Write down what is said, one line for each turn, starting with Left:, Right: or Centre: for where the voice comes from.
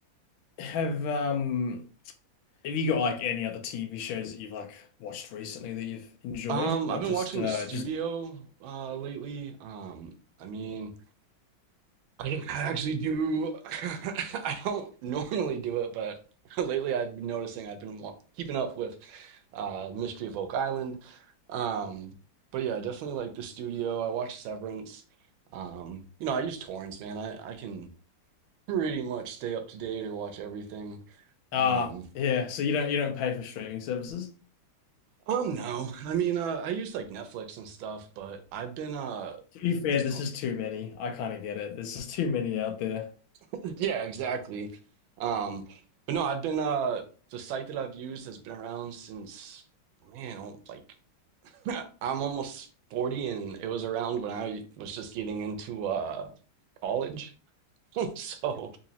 Left: have um, have you got like any other TV shows that you've like watched recently that you've enjoyed,
Right: um,
Left: or
Right: I've
Left: just
Right: been watching
Left: uh,
Right: The Studio
Left: just
Right: uh lately. Um, I mean, I don't actually do <laughs> I don't normally do it, but <laughs> lately I've been noticing I've been wa- keeping up with uh Mystery of Oak Island. Um, but yeah, I definitely like The Studio. I watched Severance. Um, you know, I use torrents, man. I I can pretty much stay up to date or watch everything.
Left: ah,
Right: Um,
Left: yeah. So you don't you don't pay for streaming services.
Right: um, no, I mean, uh, I use like Netflix and stuff, but I've been uh,
Left: To be fair,
Right: just
Left: this is too many. I kind of get it. There's just too many out there.
Right: <laughs> yeah, exactly. Um, but no, I've been uh, the site that I've used has been around since man, i like <laughs> I'm almost 40, and it was around when I was just getting into uh college. <laughs> So,